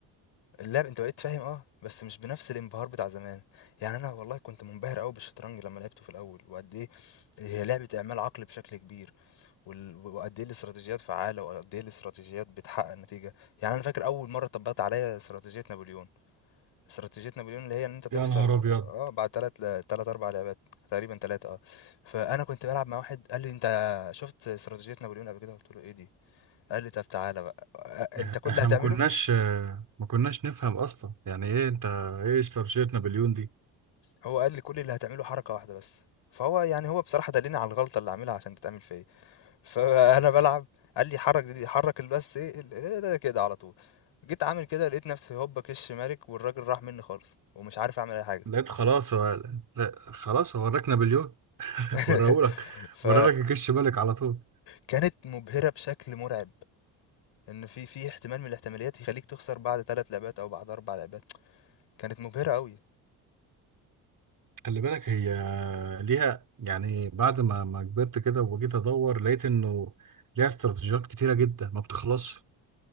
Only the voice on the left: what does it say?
اللعب انت بقيت فاهم اه بس مش بنفس الانبهار بتاع زمان يعني انا والله كنت منبهر قوي بالشطرنج لما لعبته في الاول وقد ايه هي لعبة اعمال عقل بشكل كبير وال- وقد ايه الاستراتيجيات فعالة وقد ايه الاستراتيجيات بتحقق نتيجة يعني انا فاكر اول مرة طبقت عليا استراتيجية نابليون استراتيجية نابليون اللي هي ان انت تخسر
اه بعد تلات ل- تلات اربع لعبات تقريبا تلاتة اه فانا كنت بلعب مع واحد قال لي انت شفت استراتيجية نابليون قبل كده قلت له ايه دي قال لي طب تعالى بقى آه،
انت كل
اللي هتعمله
هو قال لي كل اللي هتعمله حركة واحدة بس فهو يعني هو بصراحة دلني على الغلطة اللي عاملها عشان تتعمل فيا <laughs> فأنا بلعب قال لي حرك دي حرك بس ايه ال- إيه ده كده على طول جيت عامل كده لقيت نفسي هوبا كش مالك والراجل راح مني خالص ومش عارف اعمل اي حاجة
<laughs>
فكانت مبهرة بشكل مرعب ان في في احتمال من الاحتماليات يخليك تخسر بعد ثلاث لعبات او بعد اربع لعبات كانت مبهرة قوي